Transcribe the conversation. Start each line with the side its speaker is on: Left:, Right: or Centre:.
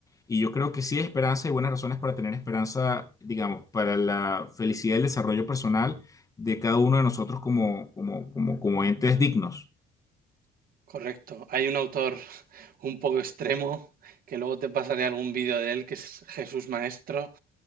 Left: Y yo creo que sí hay esperanza y buenas razones para tener esperanza, digamos, para la felicidad y el desarrollo personal de cada uno de nosotros como, como, como, como entes dignos.
Right: Correcto. Hay un autor <laughs> un poco extremo, que luego te pasaré algún vídeo de él, que es Jesús Maestro,